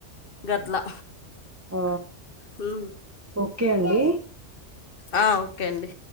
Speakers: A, on the left (about 55°); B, on the right (about 25°).
A: గట్లా
B: ఆ
A: హు
B: ఓకే అండి
A: ఆ ఓకే అండి